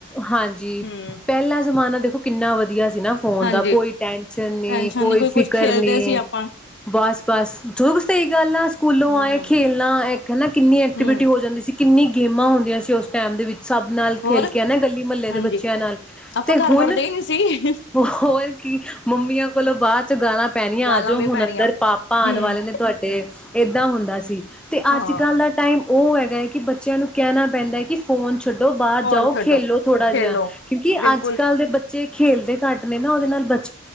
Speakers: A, in the centre; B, on the left.
A: ਹਾਂਜੀ
B: ਹਮ
A: ਪਹਿਲਾ ਜ਼ਮਾਨਾ ਦੇਖੋ ਕਿੰਨਾ ਵਧੀਆ ਸੀ ਨਾ, ਫੋਨ
B: ਹਾਂਜੀ
A: ਦਾ ਕੋਈ ਟੈਂਨਸ਼ਨ ਨੀ
B: ਟੈਨਸ਼ਨ
A: ਕੋਈ ਫਿਕਰ
B: ਕੁੱਝ ਖੇਲਦੇ
A: ਨੀ
B: ਸੀ ਆਪਾਂ
A: ਬਸ ਬਸ ਜੋ ਕੁਛ ਸਹੀ ਗੱਲ ਆ ਸਕੂਲੋਂ
B: ਹੂੰ,
A: ਆਏ ਖੇਲਣਾ ਇੱਕ ਕਹਿੰਦਾ ਕਿੰਨੀ ਐਕਟੀਵਿਟੀ
B: ਹੂੰ
A: ਹੋ ਜਾਂਦੀ ਸੀ। ਕਿੰਨੀ ਗੇਮਾਂ ਹੁੰਦੀਆਂ ਸੀ ਉਸ ਟਾਈਮ ਦੇ ਵਿੱਚ ਸਭ ਨਾਲ
B: ਹੋਰ
A: ਖੇਲ ਕੇ ਆ ਨਾ ਗਲੀ ਮਹੱਲੇ
B: ਹਾਂਜੀ
A: ਦੇ ਬੱਚਿਆਂ ਨਾਲ
B: ਆਪਾਂ
A: ਤੇ
B: ਘਰ
A: ਹੁਣ
B: ਵੜਦੇ ਹੀ ਨੀ ਸੀ।
A: ਹੋਰ ਕੀ ਮੰਮੀਆਂ ਕੋਲੋਂ ਬਾਅਦ ਚ ਗਾਲਾਂ ਪੈਣੀਆਂ
B: ਗਾਲਾਂ
A: ਆ ਜਾਓ
B: ਵੀ
A: ਹੁਣ
B: ਪੈਣੀਆਂ
A: ਅੰਦਰ ਪਾਪਾ ਆਉਣ
B: ਹੂੰ
A: ਵਾਲੇ ਨੇ ਤੁਹਾਡੇ ਤੇ ਏਦਾਂ ਹੁੰਦਾ ਸੀ ਤੇ
B: ਹਾਂ
A: ਅੱਜ ਕੱਲ ਦਾ ਟਾਈਮ ਉਹ ਹੈਗਾ ਹੈ, ਕਿ ਬੱਚਿਆਂ ਨੂੰ ਕਹਿਣਾ ਪੈਂਦਾ ਕਿ ਫੋਨ ਛੱਡੋ ਬਾਹਰ
B: ਫੋਨ
A: ਜਾਓ
B: ਛੱਡੋ
A: ਖੇਲੋ ਥੋੜਾ
B: ਖੇਲੋ
A: ਜਿਹਾ ਕਿਉਂਕਿ
B: ਬਿਲਕੁਲ
A: ਅੱਜ ਕੱਲ੍ਹ ਦੇ ਬੱਚੇ ਖੇਲਦੇ ਘੱਟ ਨੇ ਨਾ ਉਹਦੇ ਨਾਲ ਬੱਚ